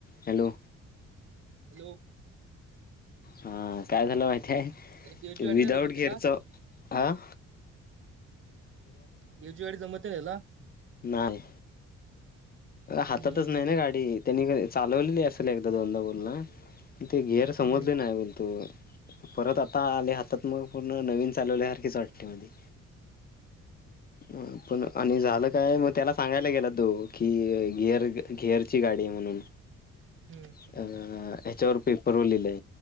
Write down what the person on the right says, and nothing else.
Hello.
देवची गाडी
नाही जमत त्याला
गेरची गाडी जमत नाही हीला?
हम्म
हम्म
हम्म